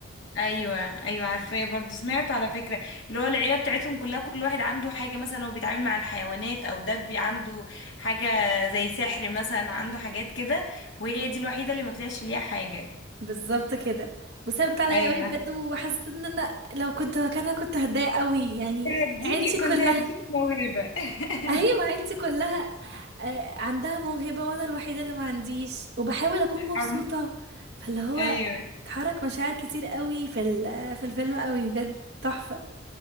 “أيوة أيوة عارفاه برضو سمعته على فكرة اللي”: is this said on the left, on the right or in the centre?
Left